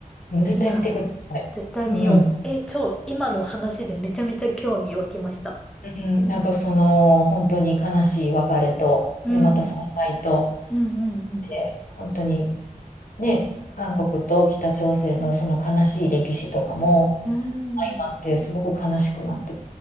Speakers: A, on the left; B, in the centre.
A: もう絶対見てください。
B: いや、絶対見よう。
A: うん、
B: えー、超、今の話でめちゃめちゃ興味湧きました。
A: うん、なんかその、本当に悲しい別れと、
B: うん。
A: で、また再会と、
B: うんうん
A: で、本当にね、韓国と北朝鮮のその悲しい歴史とかも
B: うん。
A: 相まってすごく悲しくなって、
B: うん。